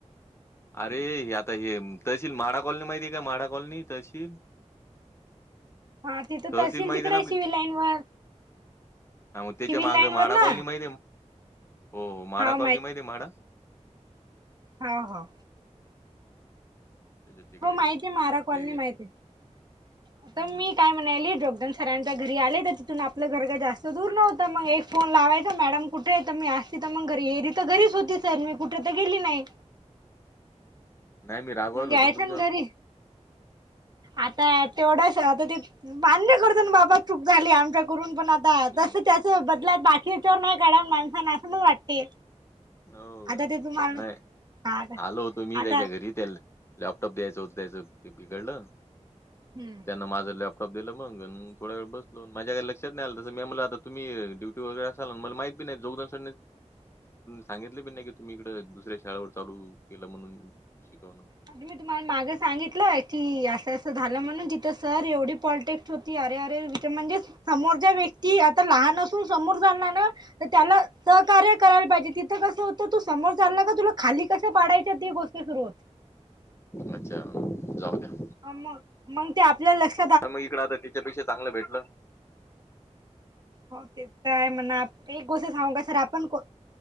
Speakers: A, on the left (about 20°); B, on the right (about 35°).
A: अरे आता हे तशील माढा कॉलनी माहिती आहे काय माढा कॉलनी तशील.
B: हा तिथं
A: तहसील
B: तर असेल
A: माहिती
B: तिकडे
A: आहे ना आपली
B: सिव लाईन वर.
A: हा मग त्याच्या
B: सिव्हल
A: माग
B: लाईन
A: माडा
B: वर ना
A: कॉलनी माहिित आहे हो माडा
B: हा
A: कॉलनी माहिित आहे म्हडा.?
B: होा हो.
A: त्याच्या तिकडे
B: हो माहित
A: येते ते
B: आहे मारा कॉलनी
A: एरिया
B: माहती आहे आता
A: हम्म
B: मी
A: हम्म.
B: काय म्हणाली जगद सरांच्या घरी आले तर तिथून आपलं घर जास्त दूर नव्हतं. मग एक फोन लावायचा. मॅडम कुठे तर मी आती तर मग घ येरी तर घरीच होती सर मी कुठे तर गेली नाही.
A: नाही मी रागवायला
B: मगे
A: होतो
B: यायच
A: तुमच्यावर
B: ना घरी. आता तेवढंच आता ते मान्य करत ना बाबा चूक झाली आमच्या करून पण आता
A: हम्म.
B: तस त्याच बदलात बाकी विच्यावर नाही काढ माणसाना असं मण वाटते.
A: हो का
B: आता ते तुम्हाला
A: नाही
B: हा आता
A: आलो होतो मी
B: आता
A: त्याच्या घरी त्या लॅपटॉप द्यायचं होतं त्यायचं ते बिघडलं
B: हम्म
A: त्यांना माझं लॅपटॉप स दिलं मगण थोड वळ बलो माझ्या काही लक्षात नाही आलं. तस मी मला आ तुम्ही ड्यटी वगैरे असणार मला माहीिती नाही जोग स. सांगितले पी नाही की तुम्ही इकडं दुसऱ्या शाळेवर चालू केलं म्हणून शिकवणं.
B: आ मी तुम्हाला मागे सांगितलंय की असं असं झालं. म्हणून तिथं सर एवढी पॉलिटेक् होती अरे अरे म्हणजे समोरच्या व्यक्ती आता लहान असून समोर झाला ना. तर त्याला सहकार्य करायला पाहिजे. तिथं कसं होतं तू समोरचाल का तुला खाली कसं पाडायं तेी गोष्ट सुरू होत.
A: अच्छा जाऊ द्या.
B: मग मग ते आपल्या लक्ष
A: तर मग इकड आता त्याच्यापेक्षा चांगलं भेटल.
B: हो ते तर आहे म्हणा एक गोष्ट सांगू का सर आपण कोण